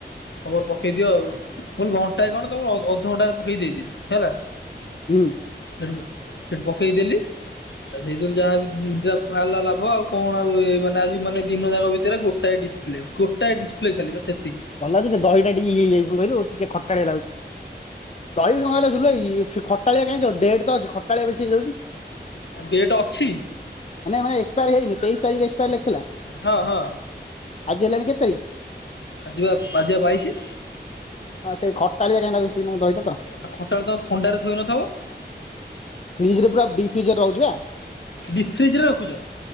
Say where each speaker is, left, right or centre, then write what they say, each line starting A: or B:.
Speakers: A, on the left; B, on the left.
A: ତମର ପକେଇ ଦିଅ ଆଉ ଭ ଘଣ୍ଟା ହେ କଣ ତମ ଅଧଘଣ୍ଟା ପକେଇ ଦେଇଦବି ହେଲା?
B: ହୁଁ।
A: ସେଠୁ ସେଠୁ ପକେଇଦେଲି ଆଉ ସେଇଥିରୁ ଯାହା ନିଜର ଲାଭ ଆଉ କଣ ଆଉ? ଏ ମାନେ ଆଜି ମାନେ ଦିନ ଯାକ ଭିତରେ ଗୋଟେ। ଗୋଟା ଡିସପ୍ଲେ ଗୋଟାଏ ଡିସପ୍ଲେ ଖାଲି ସେତିକି।
B: ଭଲ ଲାଗୁଛି ଯେ, ଦହିଟା ଟିକେ ଇଯାଇଛି କହିଲୁ ଟିକେ ଖଟାଆ ଲାଗୁଛି। ଦହି କହିଲା ସୁୁଲଇ ଇ ଫି ଖଟାଳିଆ କାହିଁଯିବ ଡେଟ୍ ତ ଅଛି ଖଟାଳିଆ ବେଶୀ ହେଇଯାଉଛି।
A: ଡେଟ୍ ଅଛି?
B: ମାନେ ମାନେ ଏକ୍ପାୟାର ହେଇନି ତେଇଶିତାରିଖ ଏକ୍ପାୟାର୍ ଲେଖିଥିଲା।
A: ହଁ ହଁ।
B: ଆଜି ହେଲାଣି କେତେ ତାରିଖ?
A: ଆଜିିବା ଆଜିିବା ବାଇଶି।
B: ଆଁ ସେଇ ଖଟାଳିଆ କାଇଁ ଲାଗୁଛି ଟିକେନାକୁ ଦହିଟା ତ।
A: ଆଉ ଖଟା ଟାତ ଥଣ୍ଡାରେ ଥୋଇ ନ ଥବ?
B: ଫ୍ରିଜ୍ ରେ ପୁରା ଡି ଫ୍ରିଜ୍ ରେ ରହୁଛି ପା।
A: ଡି ଫ୍ରିଜ ରେ ରଖୁଛ?